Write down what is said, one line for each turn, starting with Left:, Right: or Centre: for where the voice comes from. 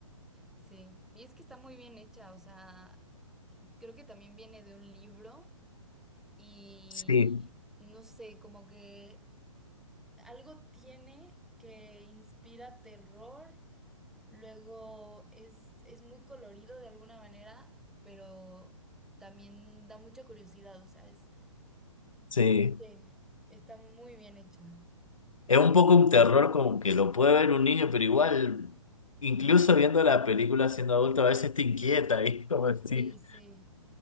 Centre: Sí, y es que está muy bien hecha, o sea, creo que también viene de un libro y
Left: Sí,
Centre: no sé, como que algo tiene que inspira terror, luego es, es muy colorido de alguna manera, pero también da mucha curiosidad, o sea, es,
Left: sí.
Centre: no sé, está muy bien hecha.
Left: Es un poco un terror como que lo puede ver un niño, pero igual, incluso viendo la película siendo adulto, a veces te inquieta, y <laughs> como si
Centre: Sí, sí,